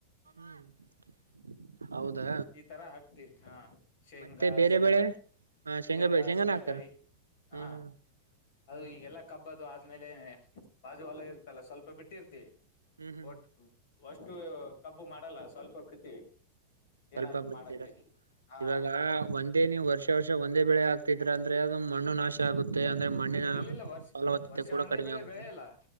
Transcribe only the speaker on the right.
<inaudible> ಹೌದಾ
ಮತ್ತೆ ಬೇರೆ
ಬೆಳೆ ಹಾ
ಬೆಳೆ ಶೇಂಗಾನ
ಹಾಕ್ತಾರ ಹ್ಮ್
ಹ್ಮ್
ಹ್ಮ್
ಹ್ಮ್ ಹ್ಮ್ ಹ್ಮ್
ಸ್ವಲ್ಪ
ಬಿಡ್ತೀರ
ಇವಾಗ ಒಂದೇ ನೀವು ವರ್ಷ ವರ್ಷ ಒಂದೇ ಬೆಳೆ ಆಗ್ತಿದ್ರ ಅಂದ್ರೆ ಅದ್ ಮಣ್ಣು ನಾಶ ನಾಶ ಆಗುತ್ತೆ ಅಂದ್ರೆ ಮಣ್ಣಿನ
ಫಲವತ್ತತೆ
ಕೂಡ
ಕಡಿಮೆ
ಆಗುತ್ತೆ.